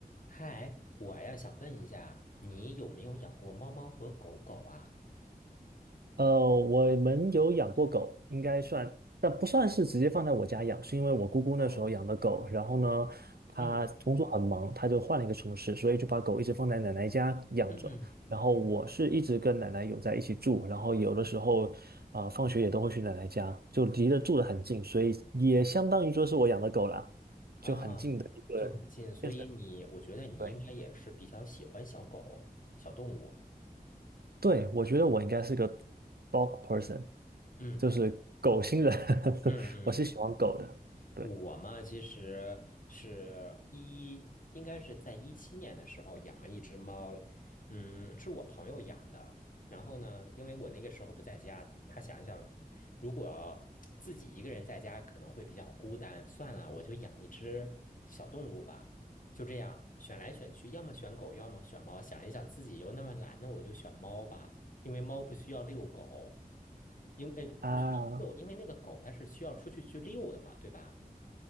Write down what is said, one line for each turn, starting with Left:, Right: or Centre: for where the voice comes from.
Left: 嗨，我呀想问一下，你有没有养过猫猫和狗狗啊？
Right: 呃，我们有养过狗，应该算，但不算是直接放在我家养，是因为我姑姑那时候养的狗，
Left: 哦，
Right: 然后呢，她工作很忙，
Left: 嗯
Right: 她就换了一个城市，所以就把狗一直放在奶奶家养着。
Left: 嗯
Right: 然后我是一直跟奶奶有在一起住，
Left: 嗯
Right: 然后有的时候啊、呃放学也都会去奶奶家，就离得住得很近，所以也相当于说是我养的狗啦，
Left: 啊，
Right: 就很这个
Left: 就很近，所以你，
Right: 变成
Left: 我觉得你应该也是比较喜欢小狗、
Right: 对，
Left: 小动物。
Right: 对，我觉得我应该是个 dog person，
Left: 嗯
Right: 就是狗星人，<laughs>
Left: 嗯嗯。
Right: 我是喜欢狗的。对
Left: 我嘛，其实是一，应该是在一七年的时候养了一只猫，嗯，是我朋友养的。然后呢，因为我那个时候不在家，他想一想，如果自己一个人在家可能会比较孤单，算了，我就养一只小动物吧。就这样选来选去，要么选狗，要么选猫。想一想自己又那么懒，那我就选猫吧，因为猫不需要遛狗，因为不需要遛，
Right: 啊，
Left: 因为那个狗它是需要出去去遛的嘛，对吧？